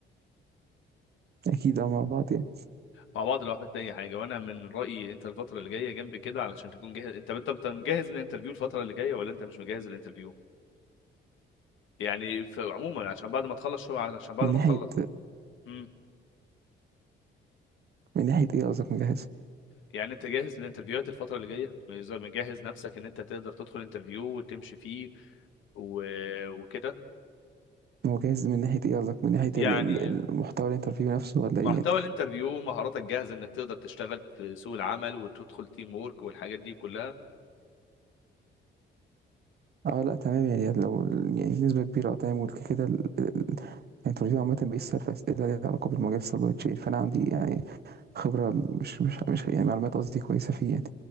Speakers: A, on the right; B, on the left.
A: اكيد اه مع بعض يعني
B: مع بعض لو احتجت اي حاجه وانا من رايي انت الفتره اللي جايه جنبي كده علشان تكون جاهز انت انت أنت مجهز للانترفيو الفتره اللي جايه ولا انت مش مجهز للانترفيو يعني في عموما عشان بعد ما تخلص شو عشان بعد
A: من
B: ما
A: ناحيه
B: تخلص امم
A: من ناحيه ايه قصدك مجهز
B: يعني انت جاهز للانترفيوهات الفترة اللي جاية زي مجهز نفسك ان انت تقدر تدخل انترفيو وتمشي فيه و... وكده
A: هو جاهز من ناحيه ايه قصدك من ناحيه
B: يعني
A: ال... ال- المحتوى الانترفيو نفسه ولا
B: محتوى
A: ايه يعني؟
B: الانترفيو مهاراتك جاهزة انك تقدر تشتغل في سوق العمل وتدخل تيم وورك والحاجات دي كلها
A: اه لا تمام يعني لو يعني بنسبه كبيره اه تمام وكده كده ال- ال- الانترفيو عامه بيسال في اسئله ليها علاقه بالمجال السبلاي تشين فانا عندي يعني خبره مش مش مش يعني معلومات قصدي كويسه فيه يعني.